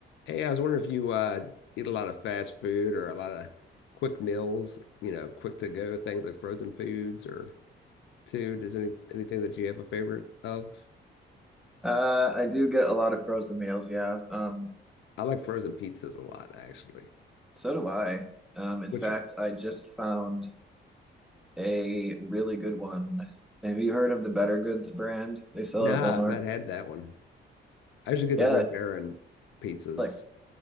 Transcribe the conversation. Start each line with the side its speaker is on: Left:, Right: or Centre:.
Left: Hey, I was wondering if you uh, eat a lot of fast food or a lot of quick meals, you know, quick to go things like frozen foods or too. Does any anything that you have a favorite of?
Centre: Uh, I do get a lot of frozen meals, yeah. Um,
Left: I like frozen pizzas a lot, actually.
Centre: so do I. Um, in
Left: Which,
Centre: fact, I just found a really good one. Have you heard of the Better Goods brand? They sell
Left: nah,
Centre: it at Walmart.
Left: I've not had that one. I usually get
Centre: Yeah,
Left: the Red
Centre: it's
Left: Baron pizzas.
Centre: like